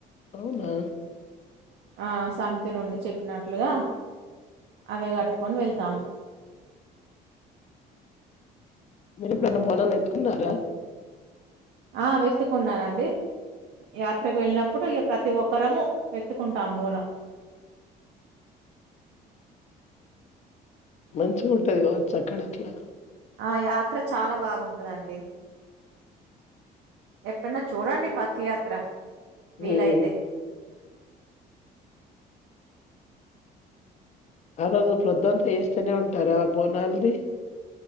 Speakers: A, on the left (about 45°); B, on the right (about 80°).
A: అవునా
B: ఆ సమితి నుండి చెప్పినట్లుగా అవే కట్టుకొని వెళ్తాము
A: మొన్న బోనలు ఎత్తుకున్నారా
B: ఆ వెత్తుకున్నానండి యాత్రకు వెళ్ళినప్పుడు ఇక ప్రతి ఒక్కరము వెత్తుకుంటాం బోనం
A: మంచిగ ఉంటది గా చ్చక్కడ అట్లా.
B: ఆ యాత్ర చాలా బాగుంటదండి. ఎక్కన్నా చూడండి పత్తియాత్ర. వీలైతే
A: ఉమ్. ఆ రోజు ప్రొద్దంత ఎస్తనే ఉంటారా బోనాల్ ది.